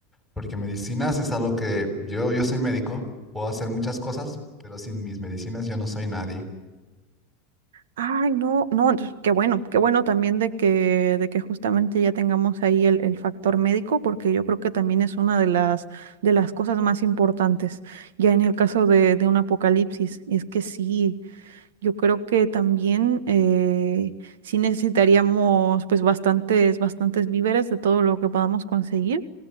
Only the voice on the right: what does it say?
Ay, no, no, entonces, qué bueno, qué bueno también de que, de que justamente ya tengamos ahí el, el factor médico, porque yo creo que también es una de las, de las cosas más importantes, ya en el caso de, de un apocalipsis. Y es que sí, yo creo que también eh, sí necesitaríamos pues bastantes, bastantes víveres de todo lo que podamos conseguir.